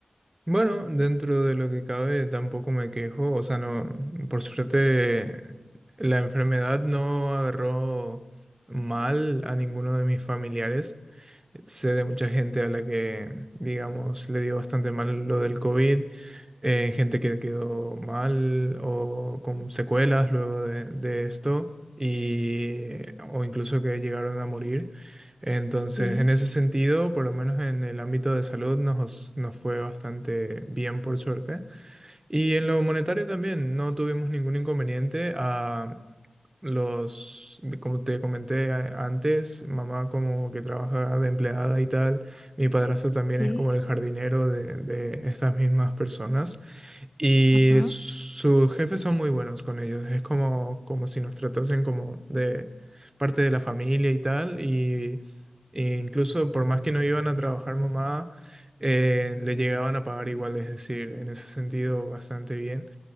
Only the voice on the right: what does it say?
Bueno, dentro de lo que cabe tampoco me quejo, o sea, no, por suerte la enfermedad no agarró mal a ninguno de mis familiares. Sé de mucha gente a la que, digamos, le dio bastante mal lo del COVID, eh, gente que quedó mal o con secuelas luego de, de esto, y, o incluso que llegaron a morir. Entonces,
en ese sentido, por lo menos en el ámbito de salud, nos, nos fue bastante bien, por suerte. Y en lo monetario también, no tuvimos ningún inconveniente. a los, de- como te comenté a- antes, mamá como que trabaja de empleada y tal. Mi padrastro también
es como el jardinero de, de estas mismas personas. Y
sus jefes son muy buenos con ellos. Es como, como si nos tratasen como de parte de la familia y tal. Y e incluso por más que no iban a trabajar mamá, eh, le llegaban a pagar igual. Es decir, en ese sentido, bastante bien.